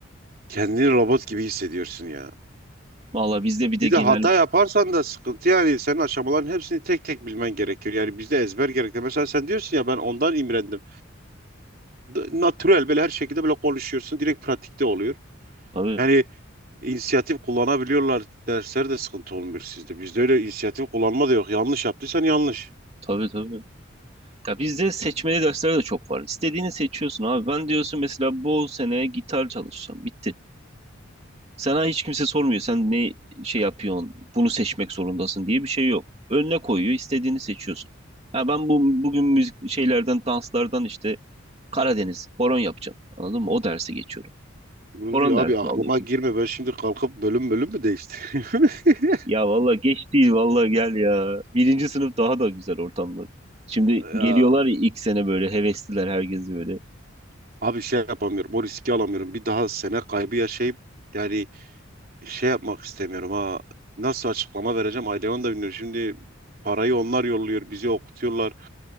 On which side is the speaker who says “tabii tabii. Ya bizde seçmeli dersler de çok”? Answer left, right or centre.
Right